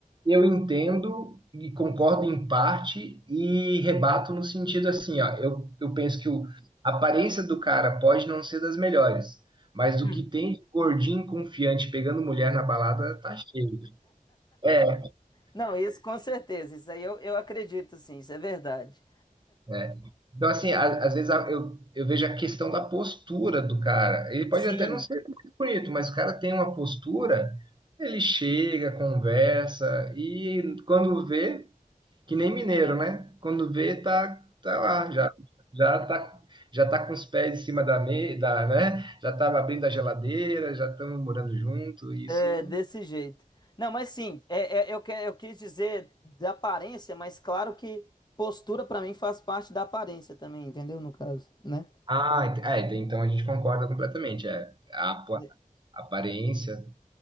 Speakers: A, on the right (about 35°); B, on the left (about 30°).
A: Eu entendo e concordo em parte e rebato no sentido assim, ó, eu, eu penso que o- a aparência do cara pode não ser das melhores, mas
B: Hum,
A: o que tem de gordinho confiante pegando mulher na balada tá cheio. É,
B: Não, isso com certeza, isso aí eu, eu acredito sim, isso é verdade.
A: é. Então, assim, a- às vezes a- eu, eu vejo a questão da postura do cara. Ele pode
B: Sim.
A: até não ser muito bonito, mas o cara tem uma postura, ele chega, conversa, e quando vê, Que nem mineiro, né? Quando vê, tá, tá lá, já, já tá, já tá com os pés em cima da mesa, né? Já estava abrindo a geladeira, já estamos morando junto, isso.
B: É, desse jeito. Não, mas sim, é, é, eu, que, eu quis dizer da aparência, mas claro que postura pra mim faz parte da aparência também, entendeu? No caso, né?
A: Ah, ent- ah, ent- é, então a gente concorda completamente. É a apa-
B: De-
A: a aparência,